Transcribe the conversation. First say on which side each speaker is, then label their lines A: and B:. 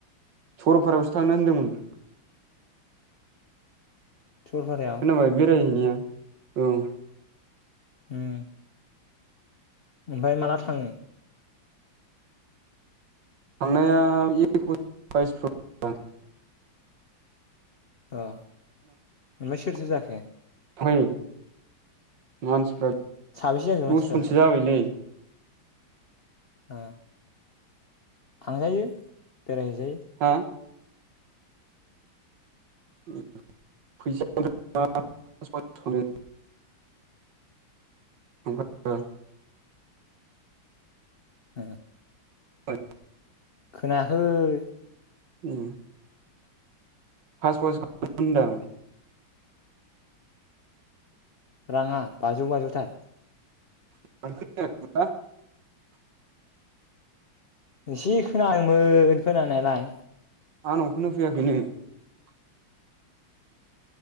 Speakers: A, on the right; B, on the left.
A: सरलपारायावसो थांनो होनदोंमोन।
B: सरलपारायाव
A: खोनाबाय बेरायहैनाया। औ।
B: ओम। ओमफाय माला थाङो?
A: थांनाया एकस बाइस <unintelligible>
B: अ ओमफाय सोर सोर जाखो?
A: फै मानसिफ्रा दस
B: साबेसे जाखो मानसिफ्रालाय
A: जनसो जाबायलै।
B: ओ। थांजायो। बेरायजायो।
A: हा फैसा <unintelligible> <unintelligible>
B: ओ।
A: फैसा
B: खोनायाखै।
A: ओम। फास <unintelligible>
B: राङा बाजौ बाजौथार।
A: <unintelligible>
B: एसे खोनायोमोन खोनानायालाय।
A: <unintelligible>